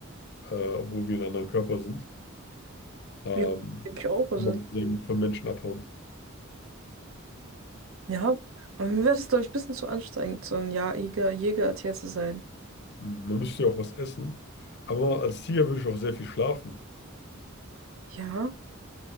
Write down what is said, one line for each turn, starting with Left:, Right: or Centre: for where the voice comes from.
Left: äh, obwohl wir in einem anderen Körper sind. Ähm,
Right: ja denke ich auch. Also.
Left: kann man sehr gut von Menschen abhauen.
Right: Ja, aber mir wäre das, glaube ich, ein bisschen zu anstrengend, so ein Jahr Jäger, Jägertier zu sein.
Left: Mhm, Man müsste ja auch was essen. Aber als Tiger würde ich auch sehr viel schlafen.
Right: Ja,